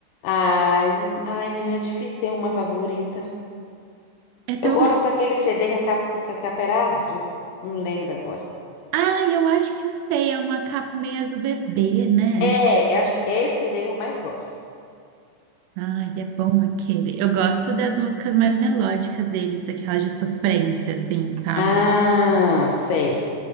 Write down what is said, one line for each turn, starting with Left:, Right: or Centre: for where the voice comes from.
Left: Ai, hum, ai, menina, é difícil ter uma favorita.
Right: É tão,
Left: Eu gosto
Right: <laughs>
Left: daquele CD que a capa, que a capa era azul. Não lembro agora.
Right: Ah, eu acho que eu sei, é uma capa meio azul bebê, né?
Left: É, eu acho que esse CD eu mais gosto.
Right: Ai, é bom aquele. Eu gosto das músicas mais melódicas deles, aquelas de sofrência, assim, sabe?
Left: Ah, sei.